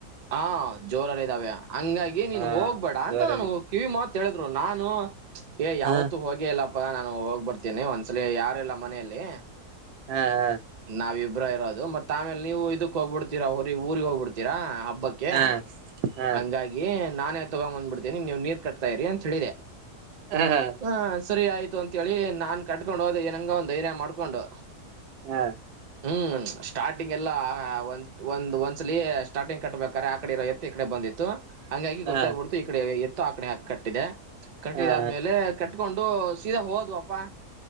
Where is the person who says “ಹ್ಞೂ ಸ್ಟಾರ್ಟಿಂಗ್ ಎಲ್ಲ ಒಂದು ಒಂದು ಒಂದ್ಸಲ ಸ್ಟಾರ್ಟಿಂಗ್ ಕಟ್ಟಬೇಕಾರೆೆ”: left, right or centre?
Right